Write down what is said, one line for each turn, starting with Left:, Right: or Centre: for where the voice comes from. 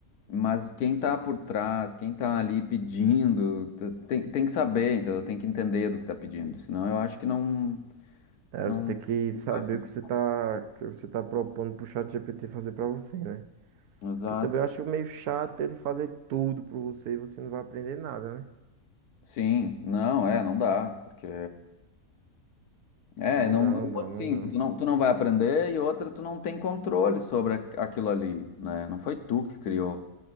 Left: Mas quem tá por trás, quem tá ali pedindo, t- tem, tem que saber, entendeu? Tem que entender do que tá pedindo, senão eu acho que não
Right: É,
Left: não,
Right: você tem que
Left: não
Right: saber
Left: vai funcionar.
Right: o que você tá, que você tá propondo pro ChatGPT fazer pra você, né?
Left: Exato.
Right: Porque também eu acho meio chato ele fazer tudo pra você e você não vai aprender nada, né?
Left: Sim, não, é, não dá, porque é,
Right: Não
Left: não,
Right: dá, não
Left: uma,
Right: dá, não
Left: assim,
Right: dá.
Left: tu não, tu não vai aprender e outra, tu não tem controle sobre aqu- aquilo ali, né? Não foi tu que criou.